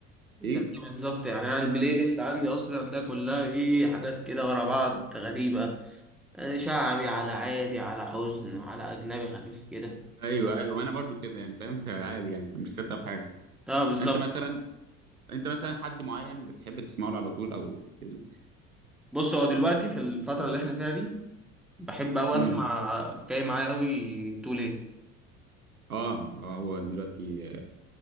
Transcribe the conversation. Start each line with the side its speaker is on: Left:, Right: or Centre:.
Centre: زيي
Right: ايه
Centre: بالظبط يعني انا البلاي ليست عندي اصلا هتلاقي كلها ايه حاجات كده ورا بعض غريبه آه، شعبي على عادي على حزن على اجنبي خفيف كده
Right: ايوه ايوه ما انا برضو كده يعني فهمت <laughs> عادي يعني مش ثابته في حاجه
Centre: اه بالظبط
Right: انت مثلا انت مثلا حد معين بتحب تسمعه على طول او كده
Centre: بص هو دلوقتي في الفتره اللي احنا فيها دي بحب قوي
Right: امم
Centre: اسمع جاي معايا قوي تو ليت
Right: اه آه، هو دلوقتي